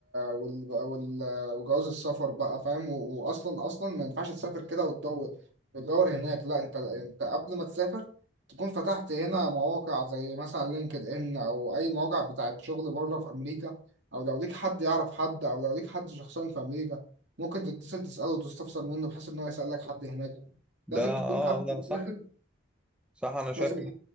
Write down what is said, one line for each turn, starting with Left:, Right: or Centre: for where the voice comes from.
Right: وال... وال... وجواز السفر بقى فاهم و... واصلا اصلا ما ينفعش تسافر كده وتدور وتدور هناك لا انت انت قبل ما تسافر تكون فتحت هنا مواقع زي مثلا لينكد ان او اي مواقع بتاعت شغل بره في امريكا او لو ليك حد يعرف حد او لو ليك حد شخصيا في امريكا ممكن تتصل تسأله وتستفسر منه بحيث إن هو يسألك حد هناك
Centre: ده
Right: لازم
Centre: اه
Right: تكون قبل
Centre: لا صح
Right: لازم
Centre: صح انا شايف
Right: لازم
Centre: ان